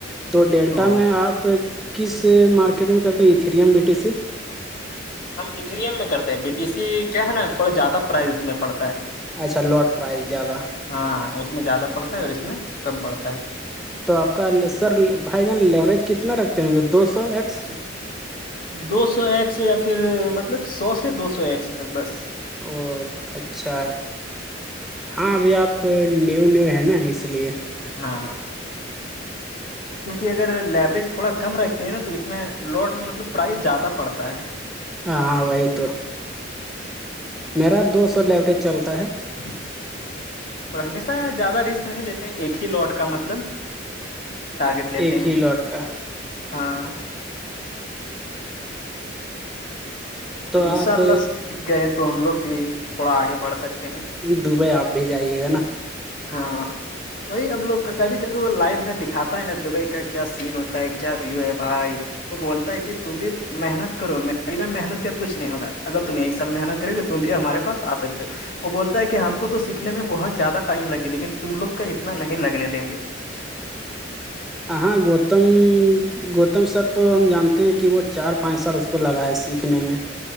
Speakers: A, in the centre; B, on the left.
A: تو ڈیلٹا
B: او
A: میں آپ کس مارکی کرکٹ میں کرتے ہیں یہ تھریم بیٹی س سے
B: ہم اتھریم میں کرتے ہیں بی ٹی سی کیا ہے نا تھوڑا زیادہ پرائز اس میں پڑتا ہے
A: اچھا لوٹ پرائز زیادہ
B: ہاں اس میں زیادہ پڑتا ہے اور اس میں کم پڑتا ہے
A: تو آپ کا سر بھائی جان لیوریج کتنا رکھتے ہوں گے دو سو ایکس
B: چ دو سو ایک سو یا پھر مطلب سو سے دو سو ایک سو تک بس
A: او اچھا ہاں ابھی آپ نیو نیو ہیں نا اس لیے
B: ہاں کیونکہ اگر لیوریج تھوڑا کم رتے ہیں نا تو اس میں لوٹ میں مطلب پرائز زیادہ پڑتا ہے
A: ہ ہاںوئیتو میرا دو سو لائبریج چلتا ہے
B: <unintelligible> اور ہمیشہ زیادہ رسک نہیں لیتے ایک ہی لاٹ کا مطلب ٹارگیٹ لیتے
A: ایک
B: ہیں
A: ہی لوٹ کا
B: ہاں
A: تو
B: انشاء
A: آپ
B: اللہ سیکھ گئے تو ہم لوگ بھی تھوڑا آگے بڑھ سکتے ہیں
A: دبئی آپ بھی جائیے گا نا
B: ہاں وہی ہم لوگ کبھی کبھی وہ لائو میں دکھاتا ہے نا دبئی کا کیا سین ہوتا ہے کیا ویو ہے بھائی وہ بولتا ہے کہ تم بھی محنت کرو میںناا محنت کا کچھ نہیں ہوگا اگر تم ایک سال محنت کرے گے تو بھی ہمارے پس آ سکتے ہو وہ بولتا ہے کہ ہم کو تو سیکھنے میں بہت زیادہ ٹائم لگے لیکن تم لوگ کا اتنا نہیں لگنے دیں گے
A: ہ ہاں گوتم گوتم سر تو ہم جانتے ہیں کہ وہ چار پانچ سال اس کو لگائے ہے سیکھنے میں